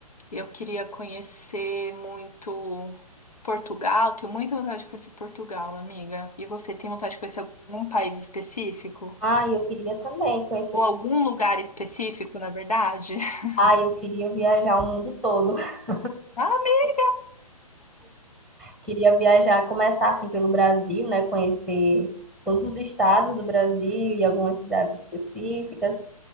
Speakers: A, on the left; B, in the centre.
A: Eu queria conhecer muito Portugal. Tenho muita vontade de conhecer Portugal, amiga. E você tem vontade de conhecer algum país específico?
B: Ah, eu queria também conhecer.
A: Ou algum lugar específico, na verdade? <laughs>
B: Ah, eu queria viajar o mundo todo. <laughs>
A: Ah, amiga.
B: Queria viajar, começar assim pelo Brasil, né? Conhecer todos os estados do Brasil e algumas cidades específicas.